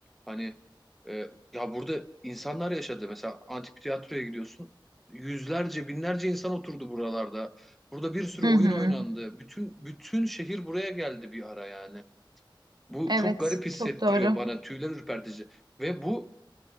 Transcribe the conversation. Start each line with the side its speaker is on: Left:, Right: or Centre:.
Centre: hani e, ya burada insanlar yaşadı. Mesela antik tiyatroya gidiyorsun. Yüzlerce, binlerce insan oturdu buralarda. Burada bir sürü
Right: Hı
Centre: oyun
Right: hı.
Centre: oynandı. Bütün bütün şehir buraya geldi bir ara yani. Bu
Right: Evet.
Centre: çok garip hissettiriyor
Right: Çok doğru.
Centre: bana. Tüyler ürpertici. Ve bu